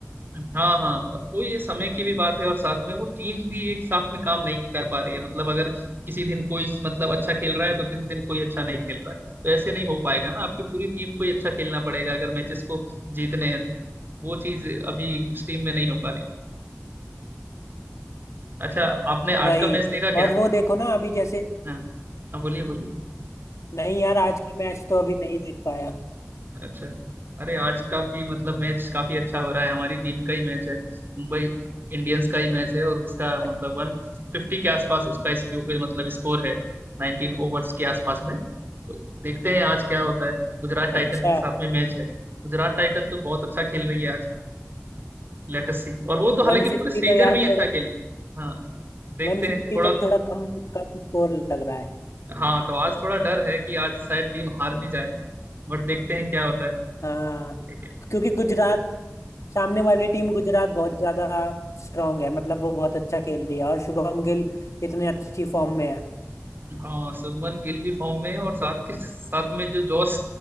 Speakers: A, on the right; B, on the left.
A: हम्म। हाँ हाँ और वो ये समय की भी बात है और साथ में वो टीम भी एक साथ में काम नहीं कर पा रही है मतलब अगर किसी दिन कोई मतलब अच्छा खेल रहा है तो किसी दिन कोई अच्छा नहीं खेल रहा है तो ऐसे नहीं हो पाएगा ना आपकी पूरी टीम को ही अच्छा खेलना पड़ेगा अगर मैचेस को जीतने हैं तो वो चीज अभी उस टीम में नहीं हो पा रही अच्छा आपने
B: वही
A: आज का मैच देखा
B: और
A: क्या
B: वो देखो ना अभी जैसे
A: हाँ हाँ बोलिए बोलिए
B: नहीं यार आज का मैच तो अभी नहीं देख पाया
A: अच्छा अरे आज का भी मतलब मैच काफी अच्छा हो रहा है हमारी टीम का ही मैच है मुंबई इंडियंस का ही मैच है और उसका मतलब
B: अ-
A: वन फिफ्टी के आसपास उसका स्क्यू- मतलब स्कोर है नाइनटीन ओवर्स के आसपास में तो देखते हैं आज क्या होता है गुजरात टाइटन
B: अच्छा
A: के साथ में मैच है गुजरात टाइटन तो बहुत अच्छा खेल रही है आज लेटेस्ट सी और वो तो हालांकि
B: वन
A: पूरे
B: फिफ्टी
A: सीजन
B: तो यार
A: में ही अच्छा
B: थोड़ा
A: खेली है। हाँ देखते
B: वन
A: हैं
B: फिफ्टी
A: थोड़ा
B: तो थोड़ा कम कम स्कोर लग रहा है
A: हाँ तो आज थोड़ा डर है कि आज शायद टीम हार भी जाए बट देखते हैं क्या होता है
B: हाँ
A: ठीक है
B: क्योंकि गुजरात सामने वाली टीम गुजरात बहुत ज्यादा स्ट्रांग है मतलब वो बहुत अच्छा खेल रही है और शुभम गिल इतने अच्छी फॉर्म में है
A: हाँ शुभमन गिल भी फॉर्म में है और साथ के साथ में जो जॉस